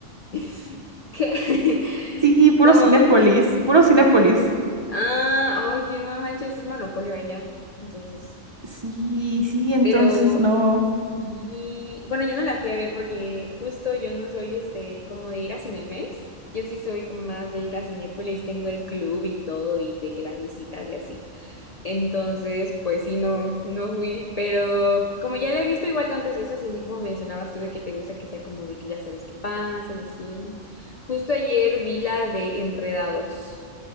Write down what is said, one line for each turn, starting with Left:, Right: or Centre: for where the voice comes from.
Left: <laughs> ¿Qué?
Right: sí, puro
Left: <laughs> ¿Cómo?
Right: Cinépolis, puro Cinépolis.
Left: Ah, oye, no manches, es monopolio allá. Entonces,
Right: Sí, sí, entonces
Left: pero
Right: no.
Left: Y bueno, yo no la fui a ver porque justo yo no soy este como de ir a Cinemex. Yo sí soy como más de ir a Cinépolis, tengo el club y todo y de que las visitas y así. Entonces, pues sí, no, no fui, pero como ya la he visto igual tantas veces, así como mencionabas tú de que te gusta que sea como de que ya sabes qué pasa y así. Justo ayer vi la de Enredados